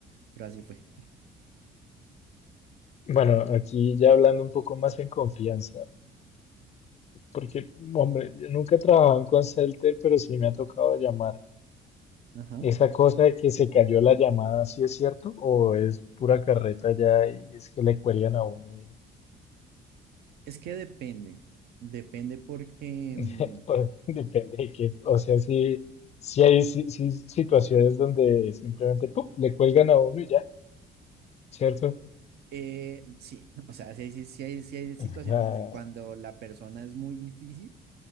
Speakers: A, on the right (about 70°); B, on the left (about 40°).
A: pero así fue.
B: Bueno, aquí ya hablando un poco más en confianza, porque, hombre, yo nunca he trabajado en call center, pero sí me ha tocado llamar.
A: Ajá.
B: Esa cosa de que se cayó la llamada, ¿sí es cierto? ¿O es pura carreta ya y es que le cuelgan a uno? y-
A: Es que depende, depende porque,
B: <laughs>
A: mm,
B: o- depende de qué. O sea, sí, sí hay si- si situaciones donde simplemente ¡pup! le cuelgan a uno y ya. ¿cierto?
A: eh, sí, <laughs> o sea, si hay, si hay, si hay situaciones
B: Ajá,
A: así, cuando la persona es muy difícil